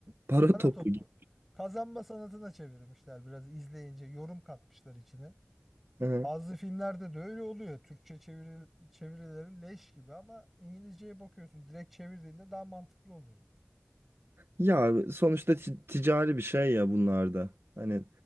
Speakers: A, on the right (about 60°); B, in the centre.
A: para
B: Para
A: topu
B: topu.
A: gibi.
B: Kazanma sanatına çevirmişler biraz izleyince yorum katmışlar içine.
A: Hı.
B: Bazı filmlerde de öyle oluyor. Türkçe çeviri, çevirileri leş gibi ama İngilizceye bakıyorsun. Direkt çevirdiğinde daha mantıklı oluyor.
A: Ya sonuçta ti- ticari bir şey ya bunlar da. Hani